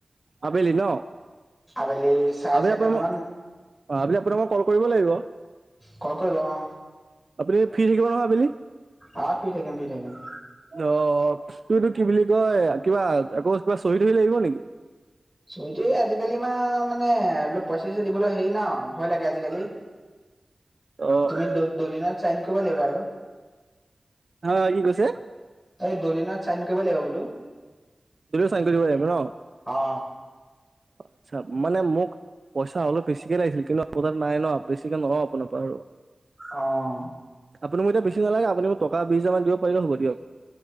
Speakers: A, on the right (about 50°); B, in the centre.
A: আবেলি ন।
B: আবেলি- চাৰে
A: আবেলি
B: চাৰিটা
A: আপোনাক
B: মানত
A: মোক অ আবেলি আপোনাক মোক কল কৰিব লাগিব।
B: কল কৰিব অ
A: আপুনি ফিৰি থাকিব নহয় আবেলি?
B: অঁ ফিৰি থাকিম ফিৰি থাকিম।
A: অঁ তটো কি বুলি কয় কিবা আকৌ কিবা চহি তহি লাগিব নেকি?
B: চহী তয়ী আজিকালি মা মানে এইবিলাক- পইচা চইচা দিবলৈ হেৰি না ভয় লাগে আজিকালি।
A: অ
B: তুমি
A: অ
B: দ দলিনত চাইন কৰিব লাগিব আৰু
A: অ কি কৈছে
B: এই দলিনত চাইন কৰিব লাগিব বোলো
A: দদিলত চাইন কৰি দিব লাগিব ন
B: অ
A: আচ্ছা মানে মোক পইচা অলপ বেছিকে লাগিছিল কিন্তু আপোনাৰ নাই ন বেছিকে নলওঁ আপোনাৰ পৰা আৰু
B: অঁ
A: আপুনি মোক এতিয়া বেছি নালাগে আপুনি মোক টকা বিছ হাজাৰমান দিব পাৰিলে হ'ব দিয়ক